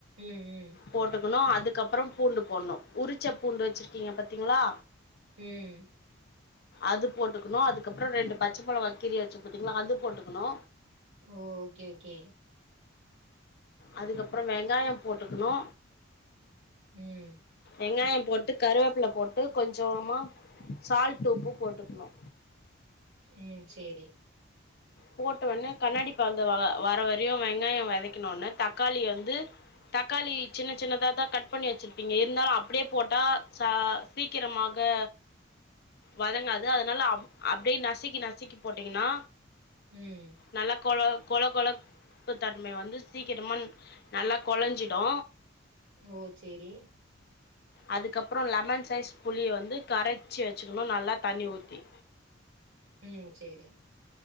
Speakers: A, on the right; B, on the left.
A: ம் ம்
B: போட்டுக்கணு அதுக் அதுக்கப்ரோ பூண்டு போட்னு உரிச்ச பூண்டு வச்சிருக்கீங்க பாத்தீங்களா
A: உம்
B: அது போட்டுக்கணு அதுக்கப்புற ரெண்டு பச்சைமெளகா கீ வச்சு பாத்தீங்களா அது போட்டுக்கணு
A: ஓ ஓகே ஓகே
B: அதுக்கப்ரோ வெங்காயோ போட்டுக்கணு
A: உம்
B: வெங்கயோ போட்டு கருவேப்புல போட்டு கொஞ்சமா சால்ட் டோப்பு போட்டுக்கணு
A: ம் சேரி
B: போட்ட உன்னே கண்ணாடி பத்த வ வர வரையு வெங்காய வெதக்கின உனே தக்காளி வந்து தக்காளி சின்ன சின்னதாதா கட் பண்ணி வச்சிருப்பீங்க இருந்தாலு அப்டியே போட்டா ச சீக்கிரமாக வதங்காது அதனால அ அப்படியே நசுக்கி நசுக்கி போட்டீங்கன்னா
A: ம்
B: நல்லா கெழ கொழ கொழப்பு தன்மை வந்து சீக்கிரமா நல்லா கொழஞ்சிடு
A: ஓ சேரி
B: அதுக்கப்பற லெமன் சைஸ் புளிய வந்து கரைச்சு வச்சுக்கணு நல்லா தண்ணி ஊத்தி
A: உம் சேரி